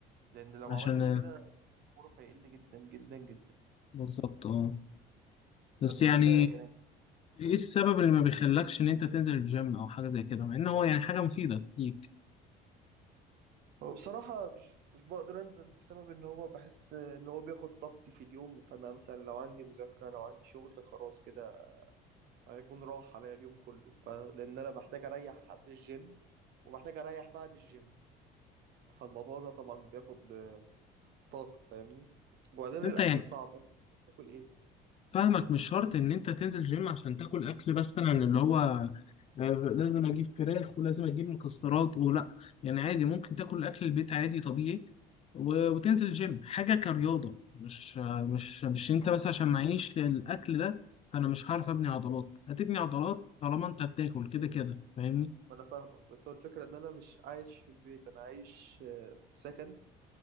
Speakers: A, on the right (about 65°); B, on the left (about 35°).
A: لان لو
B: عشان
A: ما عملتش كده عمرك هيقل جدا جدا جدا
B: بالظبط اه بس
A: بس
B: يعني
A: خد بالك يعني
B: ايه السبب اللي ما بيخلكش ان انت تنزل الجيم او حاجه زي كده مع ان هو يعني حاجه مفيده ليك
A: هو بصراحة مش مش بقدر أنزل بسبب إن هو بحس إن هو بياخد طاقتي في اليوم فأنا مثلا لو عندي مذاكرة لو عندي شغل خلاص كده هيكون راح عليا اليوم كله ف... لان انا بحتاج اريح قبل الجيم وبحتاج اريح بعد الجيم فالموضوع ده طبعا بياخد آه، طاقة فاهمني وبعدين
B: بس انت
A: الاكل
B: يعني
A: صعب يعني أنت بتاكل ايه
B: فاهمك مش شرط ان انت تنزل جيم عشان تاكل اكل مثلا اللي هو آه، لازم اجيب فراخ ولازم اجيب مكسرات ولا يعني عادي ممكن تاكل اكل البيت عادي طبيعي و- وتنزل جيم حاجه كرياضه مش آه، مش مش انت بس عشان معيش الاكل ده فانا مش هعرف ابني عضلات هتبني عضلات طالما انت بتاكل كده كده فاهمني
A: ما انا فاهمك بس هو الفكرة ان انا مش عايش في البيت انا عايش آه، في سكن